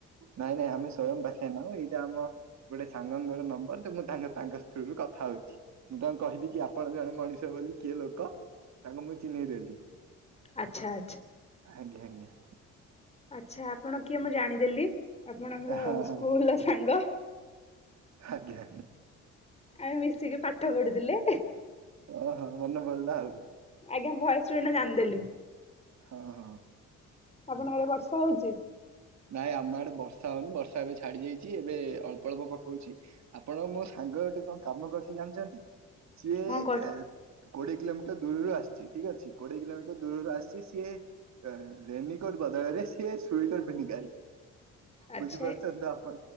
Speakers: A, on the right; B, on the left.
A: ନାଇଁ ନାଇଁମ ସ୍ଵୟଂ ପାଖେ ନାଁ ଏଇଟା ଆମ ଗୋଟେ ସାଙ୍ଗଙ୍କର ନମ୍ବର ତ ମୁଁ ତା ତାଙ୍କ ସ୍ତ୍ରୀରୁ କଥା ହଉଛି। ମୁଁ ତାଙ୍କୁ କହିଲି କି ଆପଣ ଜଣେ ମଣିଷ ବୋଲି କିଏ ଲୋକ? ତାଙ୍କ ମୁଁ ଚିହ୍ନେଇଦେଲି,
B: ଆଚ୍ଛା
A: ଆଜ୍ଞା ଆଜ୍ଞା।
B: ଆଛା, ଆପଣ କିଏ ମୁଁ ଜାଣିଦେଲି, ଆପଣ ଆମର
A: ହଁ ହଁ
B: ସ୍କୁଲ ସାଙ୍ଗ।
A: ଆଜ୍ଞା
B: ଆମେ ମିଶିକି ପାଠ ପଢୁଥିଲେ?
A: ଓହୋ ମନେ ପଡିଲା ଆଉ
B: ଆଜ୍ଞା ଭୟସ ରୁ ଏନା ଜାଣିଦେଲି।
A: ହଁ ହଁ।
B: ଆପଣ ଆଡେ ବର୍ଷା ହଉଛି?
A: ନାଇଁ ଆମ ଆଡେ ବର୍ଷା ହଉନି ବର୍ଷା ଏବେ ଛାଡି ଯାଇଛି ଏବେ ଅଳ୍ପ ଅଳ୍ପ ପକଉଛି ଆପଣ ମୋ ସାଙ୍ଗ ଗୋଠେ କଣ କାମ କରୁଛି ଜାଣିଛନ୍ତି? ସିଏ
B: କଣ କରୁ
A: ଏ କୋଡିଏ କିଲୋମିଟର ଦୂରରୁ ଆସିଛି ଠିକ ଅଛି। କୋଡିଏ କିଲୋମିଟର ଦୂରରୁ ଆସିଛି ସିଏ ରେନିକୋଟ ବଦଳରେ ସିଏ ସୁଟର ପିନ୍ଧି।
B: ଆଚ୍ଛା
A: ବୁଝିପାରୁଛନ୍ତି ତ ଆପ